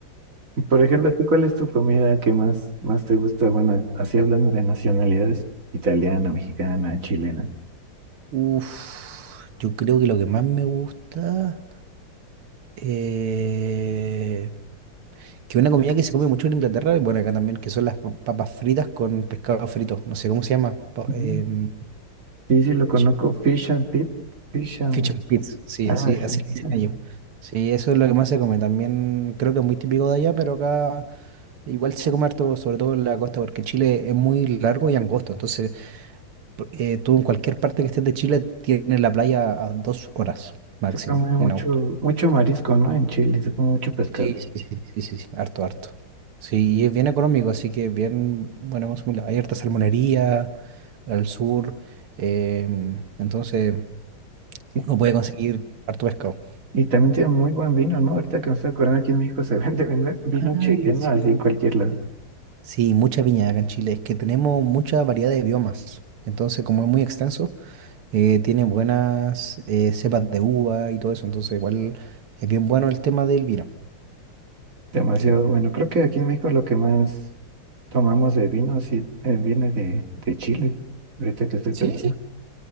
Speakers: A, on the right; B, on the right.
A: Y Por ejemplo, ¿a ti cuál es tu comida que más, más te gusta? Bueno, así hablando de nacionalidades, italiana, mexicana, chilena.
B: Uf, yo creo que lo que más me gusta... eh, que una comida que se come mucho en Inglaterra, y bueno, acá también, que son las pa- papas fritas con pescado frito, no sé cómo se llama, pa-
A: Ujú.
B: em,
A: Sí, sí, lo conozco,
B: Ch-
A: fish and pit, fish and...
B: fish and chips, sí,
A: algo
B: así,
A: así.
B: así le dicen
A: Ajá.
B: ellos. Sí, eso es lo que más se come, también creo que es muy típico de allá, pero acá igual se come harto, sobre todo en la costa, porque Chile es muy largo y angosto, entonces por- eh, tú en cualquier parte que estés de Chile tienes la playa a dos horas máximo
A: Se come mucho,
B: en auto.
A: mucho marisco, ¿no? En Chile, se come mucho pescado.
B: Sí, sí, sí, sí, sí, sí, harto, harto. Sí, y es bien económico, así que bien bueno consumirla. Hay harta salmonería al sur, em, entonces
A: Sí.
B: uno puede conseguir harto pescado.
A: Y también tiene muy buen vino, ¿no? Ahorita que me estoy acordando, aquí en México se <laughs> vende, vende vino
B: Ah,
A: chileno
B: sí.
A: así en cualquier lado.
B: Sí, mucha viña acá en Chile. Es que tenemos mucha variedad de biomas. Entonces, como es muy extenso, eh, tiene buenas eh, cepas de uva y todo eso. Entonces, igual es bien bueno el tema del vino.
A: Demasiado
B: Sí.
A: bueno. Creo que aquí en México lo que más tomamos de vino sí eh, viene de, de Chile. Ahorita que estoy
B: Sí,
A: pensando.
B: sí.